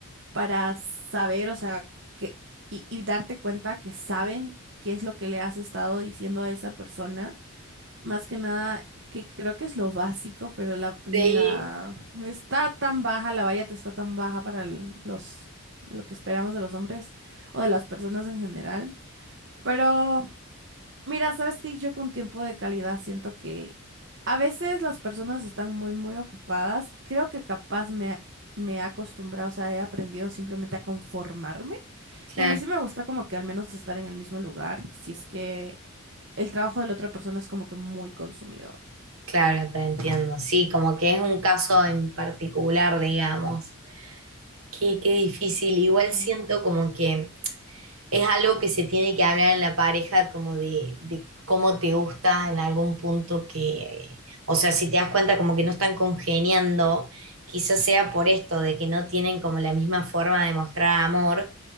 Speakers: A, on the right; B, on the right.
A: para saber, o sea, que, y, y darte cuenta que saben qué es lo que le has estado diciendo a esa persona Más que nada, que creo que es lo básico, pero la, la
B: sí,
A: está tan baja, la valla te está tan baja para el- los lo que esperamos de los hombres o de las personas en general. Pero mira, sabes que yo con tiempo de calidad siento que a veces las personas están muy, muy ocupadas. Creo que capaz me, me he acostumbrado, o sea, he aprendido simplemente a conformarme.
B: claro,
A: Y a mí sí me gusta como que al menos estar en el mismo lugar, si es que el trabajo de la otra persona es como que muy consumidor.
B: claro, te entiendo. Sí, como que es un caso en particular, digamos. Qué, qué difícil. Igual siento
A: Mm,
B: como que es algo que se tiene que hablar en la pareja como de, de cómo te gusta en algún punto que, o sea, si te das cuenta como que no están congeniando, quizás sea por esto, de que no tienen como la misma forma de mostrar amor